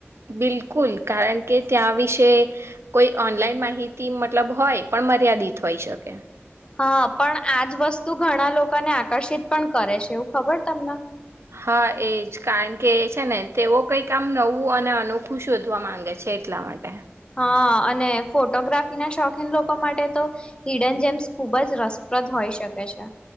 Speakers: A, on the right; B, on the left.
A: બિલકુલ કારણ કે, ત્યાં વિશે કોઈ ઓનલાઈન માહિતી મતલબ હોય, પણ મર્યાદિત હોઈ શકે.
B: હા, પણ આજ વસ્તુ ઘણા લોકોને આકર્ષિત પણ કરે છે, એવું ખબર તમને.
A: હા, એજ કારણ કે એ છેને, તેઓ કઈ કામ નવું અને અનોખું શોધવા માંગે છે, એટલા માટે.
B: હા, અને ફોટોગ્રાફી ના શોખીન લોકો માટે, તો હિડન જેમ્સ ખુબ જ રસપ્રદ હોઈ શકે છે.